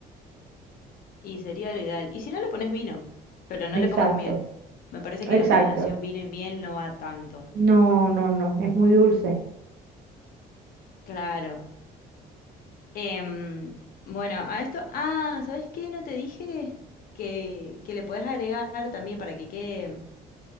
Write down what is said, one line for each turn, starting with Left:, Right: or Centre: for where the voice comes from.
Left: y sería lo ideal. Y si no le pones vino, pero no le
Right: Exacto,
Left: pongas miel. Me parece
Right: exacto.
Left: que la combinación vino y miel no va tanto.
Right: No, no, no, es muy dulce.
Left: Claro. Em, bueno, a esto, ah, ¿sabes qué? No te dije que, que le podés agregar también para que quede